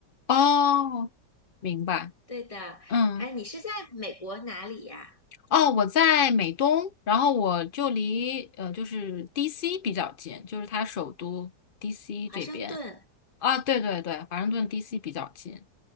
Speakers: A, on the left; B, on the left.
A: 哦，明白。
B: 对的，
A: 嗯，
B: 哎，你是在美国哪里呀？
A: 哦，我在美东，然后我就离呃就是 DC 比较近，就是它首都 DC
B: 华盛顿
A: 这边。啊，对对对，华盛顿 DC 比较近。